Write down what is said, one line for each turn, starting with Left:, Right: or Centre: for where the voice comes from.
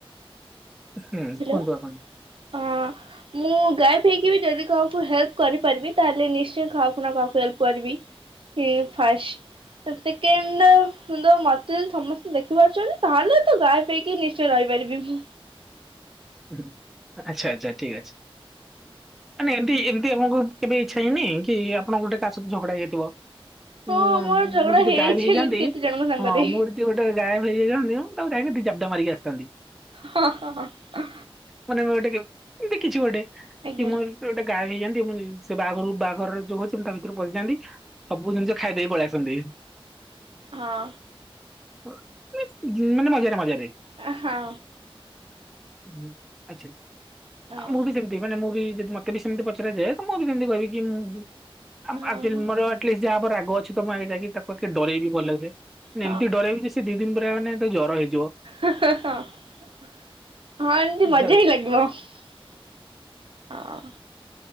Centre: ହୁଁ
Right: ହ୍ୟାଲୋ
Centre: କୁହନ୍ତୁ ଆପଣ।
Right: ହଁ ମୁଁ ଗାୟେପ୍ ହେଇକି ବି ଯଦି କାହାକୁ ହେଲ୍ପ୍ କରିପାରିବି ତାହେଲେ ନିଶ୍ଚୟ କାହାକୁ ନାଁ କାହାକୁ ହେଲ୍ପ କରିବି। ଏ ଫାଷ୍ଟ୍ ତ ସେକେଣ୍ଡ୍ ତ ମତେ ଯଦି ସମସ୍ତେ ଦେଖିପାରୁଚନ୍ତି ତାହେଲେ ତୁ ଗାୟେପ୍ ହେଇକି ନିଶ୍ଚୟ ରହି ପାରିବି ମୁଁ।
Centre: ଆଚ୍ଛା ଆଚ୍ଛା ଠିକ୍ ଅଛି ମାନେ ଏମତି ଏମତି ଆମୁକୁ କେବେ ଇଚ୍ଛା ହେଇନି କି ଆପଣ ଗୋଟେ କାହା ସହିତ ଝଗଡ଼ା ହେଇଯାଇଥିବ
Right: ହଁ
Centre: ଉଁ
Right: ମୋର ଝଗଡା
Centre: ମୁଁ ଯଦି
Right: ହେଇଛି
Centre: ଗାୟବେ ହେଇଯାଆନ୍ତି
Right: ଏମିତି କେତେ ଜଣଙ୍କ ସାଙ୍ଗରେ।
Centre: ହଁ ମୁଁ ଗୋଟେ ତିଏ ଗାୟବେ ବି ହେଇଯାଇଥାନ୍ତି ତାକୁ ଯାଇ ବି ଦି ଜାବଡ଼ା ମାରିକି ଆସିଥାନ୍ତି
Right: ହଁ ହଁ ହଁ
Centre: ମାନେ ଟିକେ ଏମତି କିଛି ଗୋଟେ କି
Right: ଆଜ୍ଞା
Centre: ମୁଁ ଏମିତି ଗୋଟେ ଗାୟବ ହେଇଯାଆନ୍ତି ମୁଁ ନି ସେ ବାଘରକୁ ବାଘର ଯୋଉ ହଉଚି ମୁଁ ତା ଭି ତୁରୁ ପଶିଯାଆନ୍ତି ସବୁ ଜିନିଷ ଖାଇଦେଇ ପଳିଆସନ୍ତି।
Right: ହଁ।
Centre: ଅ ନେ ଯେ ମାନେ ମଜାରେ ମଜାରେ।
Right: ଅ ହଁ।
Centre: ହୁଁ ଆଚ୍ଛା
Right: ହଁ।
Centre: ଆ ମୁଁ ବି ଯେମତି ମାନେ ମୁଁ ବି ଯଦି ମତେ ବି ସେମତି ପଚରା ଯାଏ ତ ମୁଁ ବି ସେମତି କହିବି ଗି ମୁଁ ବି ଆ
Right: ହଁ।
Centre: ଆକ୍ଚୁଆଲି ମୋର ଆଟଲିଷ୍ଟ୍ ଯାହା ଓପରେ ରାଗ ଅଛି ତ ମୁଁ ଆଗେ ଯାଇକି ତାକୁ ଆଗେ ଡରେଇବି ଭଲସେ ନେ
Right: ହଁ
Centre: ଏମତି ଡରେଇବି ଯେ ସେ ଦି ଦିନ୍ ପୁରା ମାନେ ତାକୁ ଜର ହେଇ
Right: ହ ହଁ ଏମତି ମଜା
Centre: ଦ
Right: ହିଁ ଲାଗିବ ହଁ।